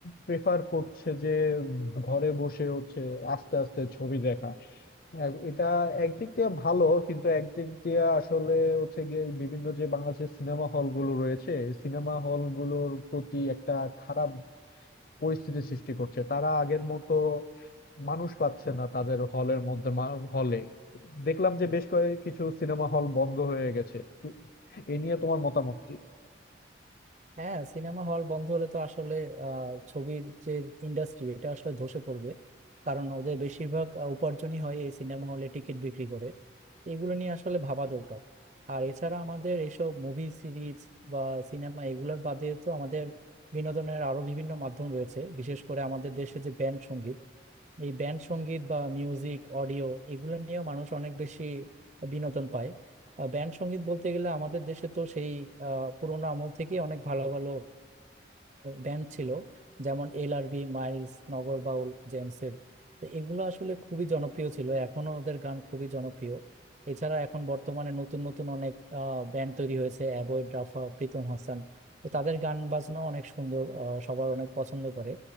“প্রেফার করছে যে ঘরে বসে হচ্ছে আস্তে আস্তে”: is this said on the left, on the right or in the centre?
Left